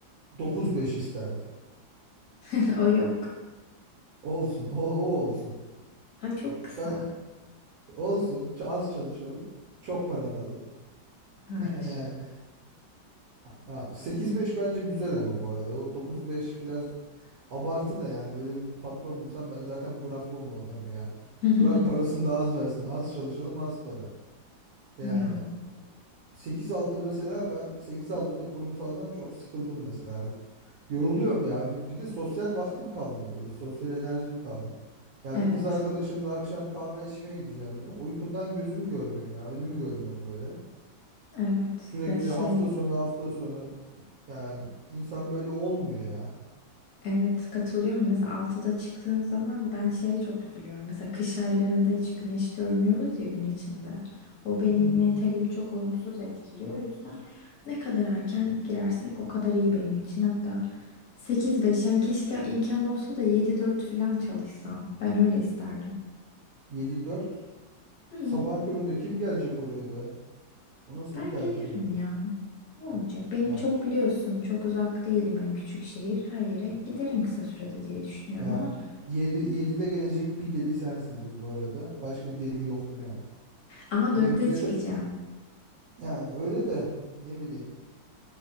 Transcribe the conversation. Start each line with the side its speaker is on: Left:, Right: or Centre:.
Right: Dokuz beş isterdim.
Left: <laughs> O yok.
Right: Olsun o, o olsun.
Left: Aa, çok kısa.
Right: Ben olsun ç- az çalışalım çok para alalım. <laughs>
Left: Hayır.
Right: Yani ha, 8-5 bence güzel ama bu arada o dokuz beş biraz Abartı da yani öyle bir patron bulsam ben zaten bırakmam o adamı ya.
Left: <laughs>
Right: Bırak parasını da az versin. Az çalışalım az para. Yani
Left: Ya
Right: sekiz altı mesela ben sekiz altıda kurumsaldan çok sıkıldım mesela artık. Yoruluyorum ya. Bir bir de sosyal vaktim kalmıyor böyle. Sosyal enerjim kalmıyor. Ya
Left: evet,
Right: bir kız arkadaşımla akşam kahve içmeye gideceğim diyorum. Uykudan gözümü görmüyorum ya. Önümü görmüyorum böyle.
Left: evet.
Right: Sürekli
Left: Ya şey.
Right: hafta sonu hafta sonu yani insan böyle olmuyor ya.
Left: Evet katılıyorum. Mesela altıda çıktığın zaman ben şeye çok üzülüyorum. Mesela kış aylarında hiç güneş görmüyoruz ya gün içinde. O benim
Right: Hmm.
Left: mentalimi çok olumsuz etkiliyor. O yüzden ne kadar erken girersek o kadar iyi benim için. Hatta sekiz beş, yani keşke imkan olsa da yedi dört falan çalışsam. Ben öyle isterdim.
Right: 7-4
Left: Hı,
Right: Sabahın köründe kim gelecek oraya be? O nasıl
Left: ben
Right: bir tercih
Left: gelirim
Right: öyle?
Left: ya. Ne olacak? Benim
Right: Ya
Left: çok biliyorsun çok uzak değilim. Hani küçük şehir her yere giderim kısa sürede diye düşünüyorum
Right: ya
Left: ama
Right: yedi 7'de gelecek bir deli sensindir bu arada. Başka deli yoktur yani.
Left: ama
Right: Millete
Left: dörtte çıkacağım.
Right: yani öyle de ne bileyim.